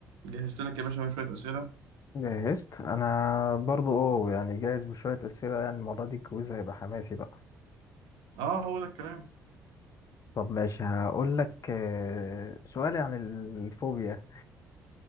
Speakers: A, on the right; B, on the left.
A: جهزت لك يا باشا شوية أسئلة
B: جهزت انا برضو اه يعني جاهز بشوية اسئلة يعني المرة دي الكويز هيبقى حماسي بقى
A: اه هو ده الكلام
B: طب ماشي هقول لك آه، سؤالي عن الفوبيا